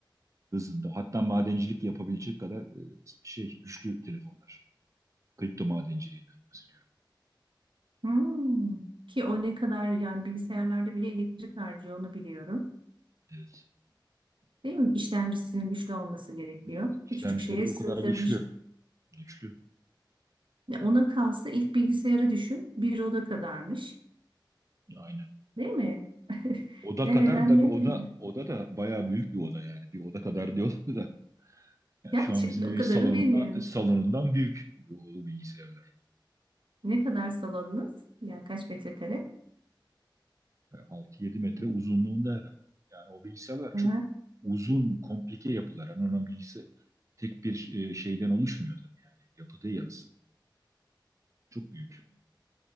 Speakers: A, on the right; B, on the right.
A: hızında hatta madencilik yapabilecek kadar e, şey güçlü telefonlar. Kripto madenciliğinden bahsediyorum.
B: Hmm. Ki o ne kadar yani bilgisayarlarda bile elektrik harcıyor onu biliyorum.
A: Evet.
B: Değil mi? İşlemcisinin güçlü olması gerekiyor.
A: Evet. İşlemcileri
B: Küçücük şeye
A: de
B: sığdırmışlar.
A: o kadar güçlü. Güçlü.
B: Ya Ona kalsa ilk bilgisayarı düşün. Bir oda kadarmış.
A: Aynen.
B: Değil mi? <laughs>
A: Oda
B: Nereden
A: kadar da
B: nereye?
A: bir oda oda da bayağı büyük bir oda yani. Bir oda kadar diyorlar da. Yani
B: Gerçek
A: şu an bizim
B: o
A: evin
B: kadarını
A: salonundan
B: bilmiyorum.
A: salonundan büyük o bilgisayarlar.
B: Ne kadar salonunuz? Yani kaç metrekare?
A: E, 6-7 metre uzunluğunda herhalde. Yani o bilgisayarlar
B: Ha.
A: çok uzun, komplike yapılar. Yani onun bilgisi tek bir e, şeyden oluşmuyor tabii yani. Yapı değil aslında. Çok büyük.